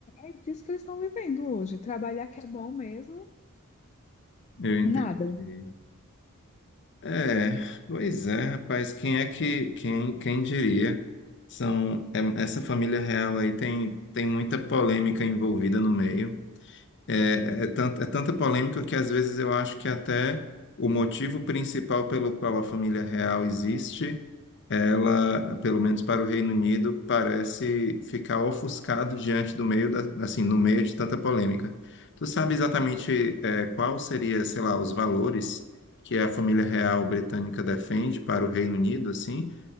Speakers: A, on the left (about 30°); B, on the left (about 55°).
A: é disso que eles estão vivendo hoje. Trabalhar que é bom mesmo,
B: eu entendi.
A: nada.
B: É, pois é, rapaz, quem é que, quem, quem diria? São, é- essa família real aí tem, tem muita polêmica envolvida no meio. É, é, é tan- é tanta polêmica que às vezes eu acho que até o motivo principal pelo qual a família real existe, ela, pelo menos para o Reino Unido, parece ficar ofuscado diante do meio da, assim, no meio de tanta polêmica. Tu sabe exatamente é, qual seria, sei lá, os valores que a família real britânica defende para o Reino Unido, assim?